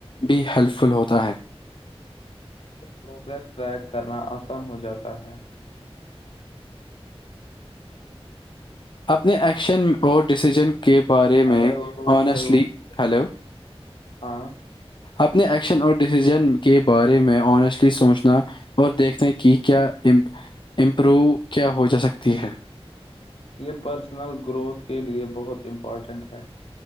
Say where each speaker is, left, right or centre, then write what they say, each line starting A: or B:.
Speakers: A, on the left; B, on the left.
A: بھی ہیلپ فل ہوتا ہے
B: پروگریس ٹریک کرنا آسان ہو جاتا ہے
A: اپنے ایکشن اور ڈسیژن کے بارے میں
B: ہلو
A: آنیسٹلی
B: ہلو
A: ہیلو
B: ہاں
A: اپنے ایکشن اور ڈسیزن کے بارے میں آنیسٹلی سوچنا اور دیکھتے ہیں کہ کیا امپروو کیا ہو جا سکتی ہے
B: یہ پرسنل گروتھ کے لیے بہت امپارٹنٹ ہے